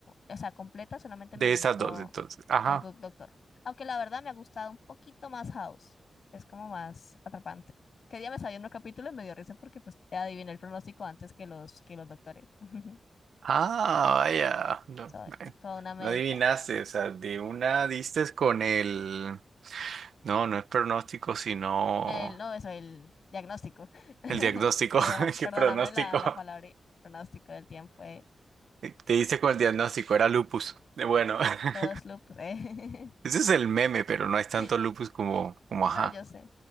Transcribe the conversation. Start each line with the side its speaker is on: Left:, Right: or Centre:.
Left: o sea, completa, solamente
Right: De
Left: me he visto
Right: esas dos, entonces. Ajá.
Left: eh, Good Doctor. Aunque la verdad me ha gustado un poquito más House. Es como más atrapante. Que día me salió un capítulo y me dio risa porque pues adiviné el pronóstico antes que los, que los doctores. <laughs>
Right: Ah, vaya. No,
Left: Soy
Right: no
Left: toda una médica.
Right: no adivinaste. O sea, de una diste con el... No, no es pronóstico, sino
Left: El, no, eso, el diagnóstico. <laughs>
Right: el diagnóstico.
Left: Perdóname,
Right: <laughs>
Left: perdóname
Right: ¿Qué pronóstico?
Left: la, la palabra y- pronóstico del tiempo. eh.
Right: Te hice con el diagnóstico, era lupus. Eh, Bueno, <laughs>
Left: Todo es loop. eh. <laughs>
Right: ese es el meme, pero no es tanto
Left: Sí,
Right: lupus como, como ajá.
Left: no, yo sé.